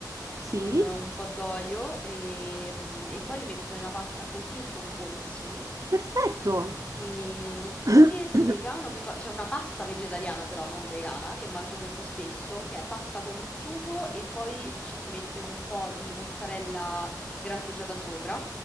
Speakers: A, on the right; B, on the left.
A: Sì,
B: con un po' d'olio e, e poi li metto nella pasta così e sono buonissimi.
A: perfetto.
B: E- oppure
A: <coughs>
B: di vegano, che co- c'è una pasta vegetariana però, non vegana, che mangio molto spesso, che è pasta con il sugo e poi ci si mette un po' di mozzarella grattugiata sopra